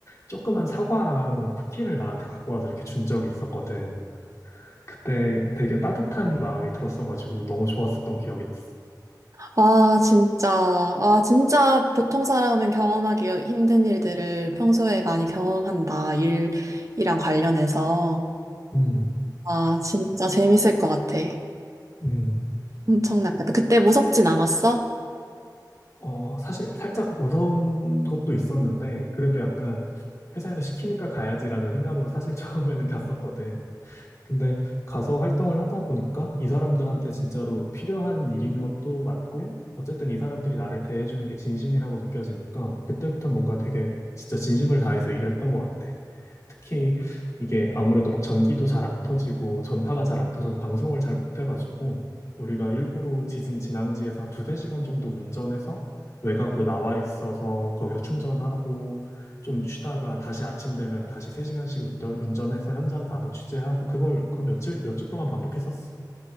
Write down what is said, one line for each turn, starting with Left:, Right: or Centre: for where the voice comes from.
Left: 조그만 사과랑 쿠키를 나한테 갖고 와서 이렇게 준 적이 있었거든. 그때 되게 따뜻한 마음이 들었어가지고 너무 좋았었던 기억이 났어.
Right: 아, 진짜. 아, 진짜 보통 사람은 경험하기 힘든 일들을 평소에 많이 경험한다. 일이랑 관련해서.
Left: 음,
Right: 아, 진짜 재밌을 것 같아.
Left: 음,
Right: 엄청 낫겠다. 그때 무섭진 않았어?
Left: 어, 사실 살짝 무서운 것도 있었는데, 그래도 약간 회사에서 시키니까 가야지라는 생각으로 사실 <laughs> 처음에는 갔었거든. 근데 가서 활동을 하다 보니까 이 사람들한테 진짜로 필요한 일인 것도 맞고, 어쨌든 이 사람들이 나를 대해주는 게 진심이라고 느껴지니까, 그때부터 뭔가 되게 진짜 진심을 다해서 일을 했던 것 같아. 특히 이게 아무래도 막 전기도 잘 안 터지고 전파가 잘 안 터져서 방송을 잘 못 해가지고 우리가 일부러 지진 진앙지에서 한 두세 시간 정도 운전해서 외곽으로 나와 있어서 거기서 충전하고 좀 쉬다가 다시 아침 되면 다시 세시간씩 운전, 운전해서 현장 가서 취재하고 그걸 한 며칠, 몇 주 동안 반복했었어.